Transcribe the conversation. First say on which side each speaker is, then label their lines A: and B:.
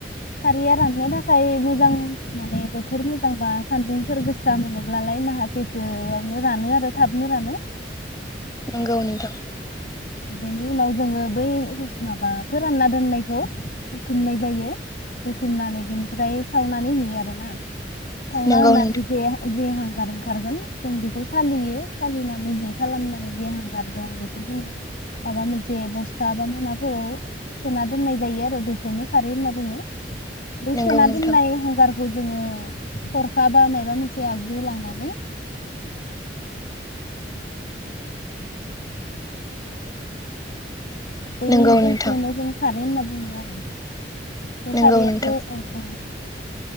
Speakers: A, on the left; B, on the left.
A: खारैया राननो थाखाय मोजां माने बोथोर मोजांबा सान्दुंफोर गोसा मोनोब्लालाय माहासेसआवनो रानो आरो थाबनो रानो।
B: नंगौ नोंथां।
A: बेनि उनाव जोंङो बै माबा फोरानना दोननायखौ बुथुमनाय जायो बुथुमनानै बिनिफ्राय सावनानै हैयो आरोना। सावना
B: नंगौ
A: होनानै
B: नोंथां
A: जे‌ जे हांगार ओंखारगोन जों बेखौ सालियो सालिना मेहि खालामनानै जे हांगार दं बेखौ जों माबा मोनसे बस्था बा मना फोराव सोना दोननाय जायो आरो बेखौनो खारै होनना बुङो। बै
B: नंगौ
A: सोना
B: नोंथां
A: दोननाय हांगार खौ जोङो हरखा बा माबा मोनसे आगजु लानानै बैदि
B: नंगौ नोंथां
A: खौनो जों खारै होनना बुंङो। बुंङो आरो बेे
B: नंगौ
A: खारैखौ
B: नोंथां
A: औ औ।